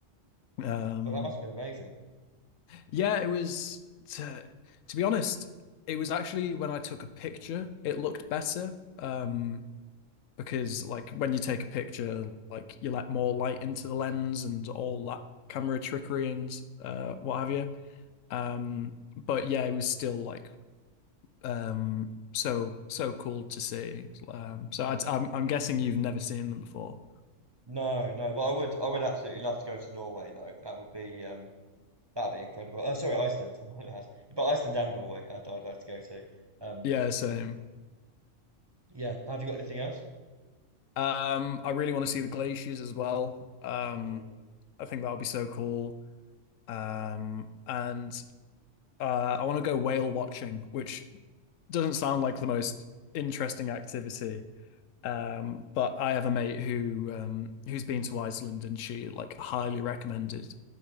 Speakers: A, on the left; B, on the right.
A: Um,
B: Well, that must have been amazing.
A: yeah, it was to to be honest, it was actually when I took a picture, it looked better. Um, because like when you take a picture, like you let more light into the lens and all that camera trickery and uh, what have you. Um, but yeah, it was still like um so so cool to see. Um, so I, I'm I'm guessing you've never seen them before.
B: No, no, but I would I would absolutely love to go to Norway though. That would be um that'd be incredible. Oh, sorry, Iceland, <laughs> my bad. But Iceland and Norway, I'd, I'd like to go to. Um,
A: Yeah, same.
B: yeah. Have you got anything else?
A: Um, I really want to see the glaciers as well. Um,
B: Mm.
A: I think that would be so cool. Um, and uh, I want to go whale watching, which doesn't sound like the most interesting activity, Um, but I have a mate who um, who's been to Iceland, and she like highly recommended